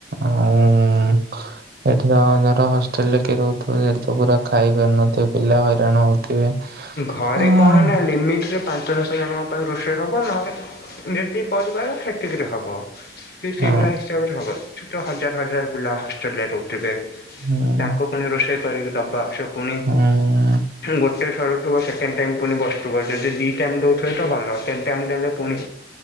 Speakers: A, on the right; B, on the left.
A: ଆଉ ଏଠି ତ ଧର ହଷ୍ଟେଲ ରେ କିିଏ ରହୁଥିବ ସେଠି ତ ପୁରା ଖାଇପାରୁନଥିବେ ପିଲା ହଇରାଣ ହଉଥିବେ।
B: ଘରେ
A: ହଁ
B: କଣ ନା ଲିମିଟରେ ପାଞ୍ଚ ଦଶ ଜଣଙ୍କ ପାଇଁ ରୋଷେଇ ହେବ ନହେଲେ ଯେତିକି ପରିବାର ସେତିକିରେ ହେବ। ସେଇଭଳିଆ
A: ହଁ
B: ହିସାବରେ ହବ ଏଠି ହଜାର ହଜାର ପିଲା ହଷ୍ଟେଲ ରେ ରହୁଥିବେ।
A: ହୁଁ
B: ତା ରୋଷେଇ କରି ଦବା ସେ ପୁଣି
A: ହୁଁ
B: ଗୋଟେ ସର ବ ସେକେଣ୍ଡ ଟାଇମ୍ ପୁଣି ବସ୍ତୁବ ଯଦି ଦୁଇ ଟାଇମ୍ ଦେଉଥିବେ ତ ଭଲ, ତିନ୍ ଟାଇମ୍ ଦେଲେ ପୁଣି